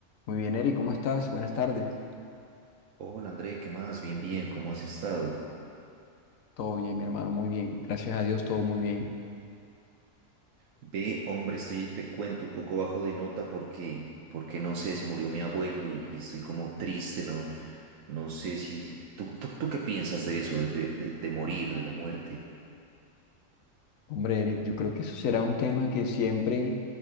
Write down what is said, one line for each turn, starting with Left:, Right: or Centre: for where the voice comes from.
Left: Muy bien, Eric, ¿cómo estás? Buenas tardes.
Right: Hola André, ¿qué más? Bien, bien, ¿cómo has estado?
Left: Todo bien, mi hermano, muy bien. Gracias a Dios, todo muy bien.
Right: Ve, hombre, estoy ahí, te cuento un poco bajo de nota porque, porque no sé, se murió mi abuelo y, y estoy como triste, no, no sé si... ¿Tú, tú, tú qué piensas de eso, de, de- de- de morir, de la muerte?
Left: Hombre, Eric, yo creo que eso será un tema que siempre